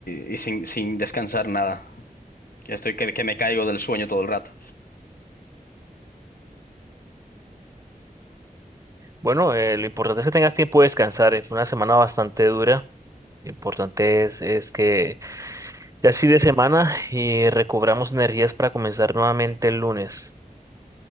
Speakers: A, on the left; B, on the right.
A: y sin, sin descansar nada. Que estoy que, que me caigo del sueño todo el rato.
B: Bueno, eh, lo importante es que tengas tiempo de descansar. eh, Fue una semana bastante dura. Lo importante es, es que ya es fin de semana y recobramos energías para comenzar nuevamente el lunes.